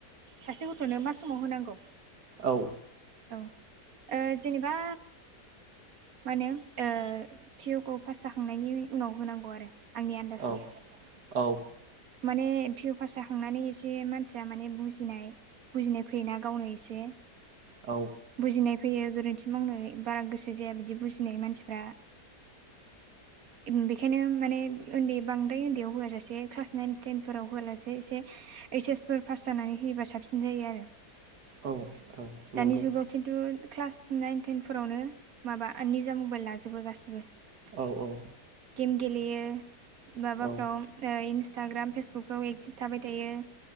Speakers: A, on the right; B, on the right.
A: सासे गथ'नो मा समाव होनांगौ
B: औ।
A: औ ओ जेनेबा मानो ओ पिअखौ पास जाखांनायनि उनाव होनांगौ आरो। आंनि आन्दाजाव
B: औ औ।
A: माने पिअ पास जाखांनानै एसे मानसिया माने बुजिनाय बुजिनाय फैयोना गावनो एसे।
B: औ
A: बुजिनाय फैयो गोरोन्थि मावनो बारा गोसो जाया बिदि बुजिनाय मानसिफ्रा। इम बेखायनो माने उन्दै बांद्राय उन्दैयाव होआ जासे क्लास नाइन टेन फोराव होआला एसे ओइस एस फोर पास जानानै होयोबा साबसिन जायो आरो।
B: औ नंगौ
A: दानि जुगाव खिन्थु क्लास नाइन टेनफोरावनो माबा निजा मबाइल लाजोबो गासिबो।
B: औ औ।
A: गेम गेलेयो माबाफ्रव
B: औ ओ
A: ओ इनस टाग्राम फेसबुकफ्राव एक्टिभ थाबाय थायो